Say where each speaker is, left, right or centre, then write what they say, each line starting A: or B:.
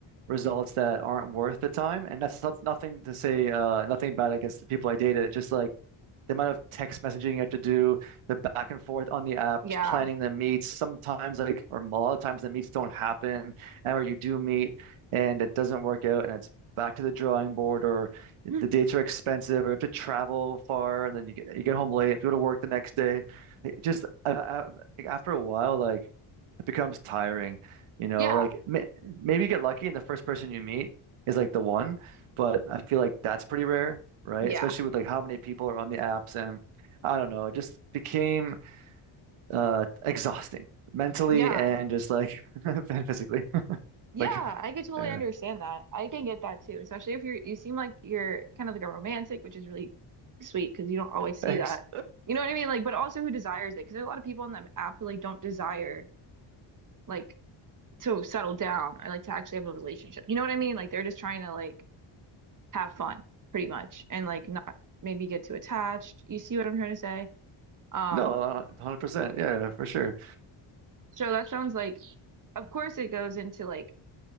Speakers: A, on the right (about 80°); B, on the right (about 40°).
A: results that aren't worth the time. And that's, that's nothing to say, uh, nothing bad against the people I dated. It's just like the amount of text messaging you have to do, the back and forth on the apps,
B: Yeah.
A: planning the meets. Sometimes, like, or a lot of times, the meets don't happen, and or you do meet and it doesn't work out, and it's back to the drawing board, or
B: <laughs>
A: the dates are expensive, or you have to travel far, and then you get, you get home late, have to go to work the next day. Like, Just I, I, like, after a while, like it becomes tiring. You know,
B: Yeah.
A: like may maybe you get lucky and the first person you meet is like the one, but I feel like that's pretty rare, right?
B: Yeah.
A: Especially with like how many people are on the apps and I don't know, it just became uh exhausting mentally
B: Yeah.
A: and just like <laughs> and physically. <laughs>
B: Yeah,
A: Like,
B: I could totally
A: yeah,
B: understand that. I can get that too, especially if you're you seem like you're kind of like a romantic, which is really sweet because you don't always see
A: thanks.
B: that. You know what I mean? Like, but also who desires it? Because there's a lot of people on the app who like don't desire like to settle down or like to actually have a relationship. You know what I mean? Like they're just trying to like have fun pretty much and like not maybe get too attached. You see what I'm trying to say? Um,
A: No, uh, 100%. Yeah, yeah, for sure.
B: so that sounds like of course it goes into like